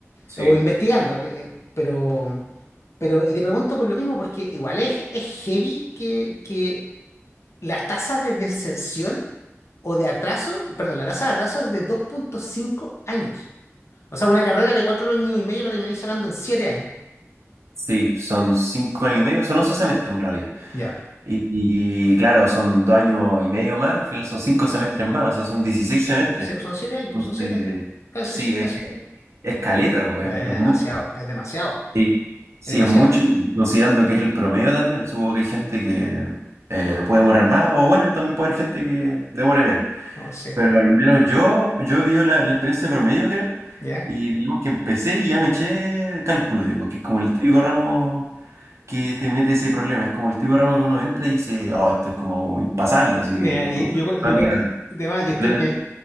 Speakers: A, on the right; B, on the left.
A: Sí.
B: o investigando, le- pero, pero, y te pregunto por lo mismo, porque igual es, es heavy que, que las tasas de deserción o de atraso, perdón, la tasa de atraso es de dos punto cinco años. O sea, una carrera de cuatro años y medio la termináis sacando en siete años.
A: Sí, son cinco años y medio, son once semestres en realidad.
B: Ya.
A: Y, y claro, son dos años y medio más, al final son cinco semestres más, o sea, son 16
B: S-
A: semestres.
B: Sí, pues son siete años,
A: Entonces,
B: son siete años. Casi,
A: sí,
B: sí, casi.
A: es, es caleta, pues,
B: Es
A: es, mucho.
B: demasiado, es demasiado,
A: Sí, sí,
B: es demasiado.
A: es mucho y considerando que es el promedio también, supongo que hay gente
B: Mm.
A: que eh, puede demorar más o bueno, y también puede haber gente que demore menos.
B: No sé,
A: Pero al menos yo, yo he vivido la, la experiencia de promedio, creo,
B: ¿ya?
A: y digamos que empecé y ya me eché cálculo, digamos, que es como el típico ramo que te mete ese problema, es como el típico ramo que uno entra y dice, oh, esto es como impasable, así,
B: Mira, yo,
A: como
B: yo, yo
A: temática
B: con- de más,
A: completamente.
B: yo estoy, mira, yo